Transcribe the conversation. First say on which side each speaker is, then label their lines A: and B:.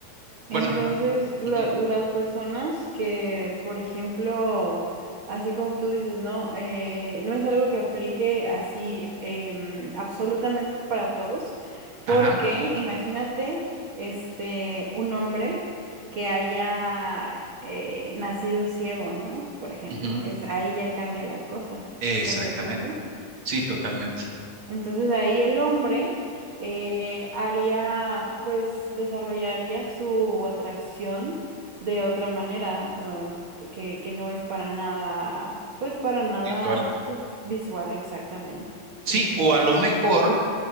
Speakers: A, on the right; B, on the right.
A: Entonces,
B: Bueno,
A: la-
B: ujú,
A: las personas que, por ejemplo, así como tú dices, ¿no? Eh, no es algo que aplique así em, absolutamente para todos, porque
B: ajá,
A: imagínate, este, un hombre que haya eh, nacido ciego, ¿no? Por ejemplo,
B: ujú,
A: es, ahí ya cambia la cosa.
B: exactamente.
A: ¿Estás de acuerdo?
B: Sí, totalmente.
A: Entonces ahí el hombre eh, haría, pues desarrollaría su atracción de otra manera, eh, que, que no es para nada, pues para nada
B: Visual.
A: subvisual exactamente. Sí,
B: Sí,
A: sí,
B: o
A: sí.
B: a lo mejor,